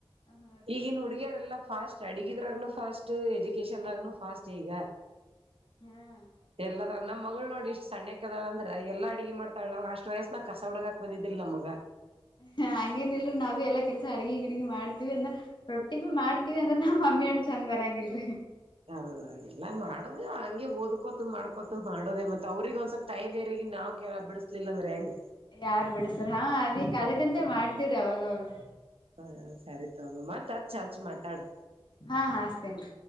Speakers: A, on the left; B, on the right.
A: ಹಾ ರೀ
B: ಈಗಿನ ಹುಡುಗಿಯರೆಲ್ಲಾ ಫಾಸ್ಟ್. ಸ್ಟಡಿಗ ಇದ್ರಾಗೂ ಫಾಸ್ಟ್ ಎಜುಕೇಶನ್ದಾಗನು ಫಾಸ್ಟ್ ಈಗ.
A: ಹ್ಮ್.
B: ಎಲ್ಲಾದಾರಗ ನಮ್ಮ್ ಮಗಳು ನೋಡಿ ಇಷ್ಟ್ ಸಣ್ಣ ಕದಳಂದ್ರ ಎಲ್ಲ ಅಡುಗೆ ಮಾಡ್ತಾಳ್ಣಲ್ಲ ಅಷ್ಟ ವಯಸ್ಸ ನ ಕಸ ಹುಡಗಾಕ್ ಬಂದಿದ್ದಿಲ್ಲ ನಮ್ಗ.
A: ಹ ಹಂಗೇನ್ ಇಲ್ರರಿ ನಾವ್ ಬಿ ಎಲ್ಲಾ ಕೆಲ್ಸ ಅಡಗ ಗಿಡಗಿ ಮಾಡ್ತಿವಿ ಅಂದ. ರೊಟ್ಟಿಗೂ ಮಾಡ್ತಿವಿ ಅಂದ್ರೆ ನಮ್ಮ್ ಮಮ್ಮಿ ಅಷ್ಟ್ ಚಂದ್ ಬರಂಗಿಲ್ ರೀ.
B: ಹೌದಾ ಎಲ್ಲ ಮಾಡದೇ ಹಂಗೆ ಓದಕೋತ ಮಾಡ್ಕೋತ ಮಾಡೋದೇ ಮತ್ತ್ ಅವರೀಗೆ ಒಂದಸಲ್ ತೈದೇರಿಗಿ ನಾವು ಕೆ ಬಿಡಿಸಲಿಲ್ಲ ಅಂದ್ರೆ ಹೆಂಗ್.
A: ಯಾರ್ ಬಿಡ್ಸತ್ತಾರ ಹಾ ಅದಿಕ್ ಅದಕ್ಕಂತೆ ಮಾಡ್ತವ್ರಿ ಅವಾಗ ಅವಾಗ.
B: ಹಾ ಸರಿತು ಅಮ್ಮ ಮತ್ ಹಚ್ ಹಚ್ ಮಾತಾಡು
A: ಹಾ ಹಸ್ತೇನ್ ರೀ